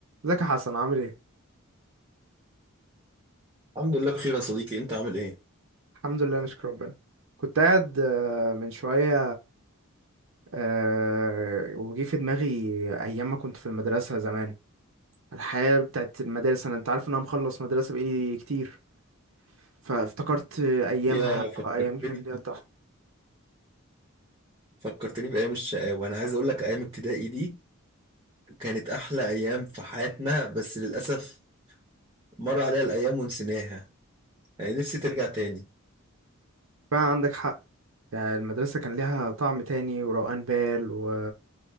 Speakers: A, on the right; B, on the right.
A: ازيك يا حسن عامل ايه؟
B: الحمد لله بخير يا صديقي انت عامل ايه
A: الحمد لله نشكر ربنا كنت قاعد آه، من شوية آه، وجي في دماغي أيام ما كنت في المدرسة زمان الحياة بتاعت المدارس أنا أنت عارف إن أنا مخلص مدرسة بقالي كتير فافتكرت أيامها
B: يا فكرتني
A: أيام كان ليها طعم
B: فكرتني بايام الشقاوه انا عايز اقول لك ايام ابتدائي دي كانت احلى ايام في حياتنا بس للاسف مر عليها الايام ونسيناها يعني نفسي ترجع تاني
A: فعلا عندك حق يعني المدرسة كان ليها طعم تاني وروقان بال و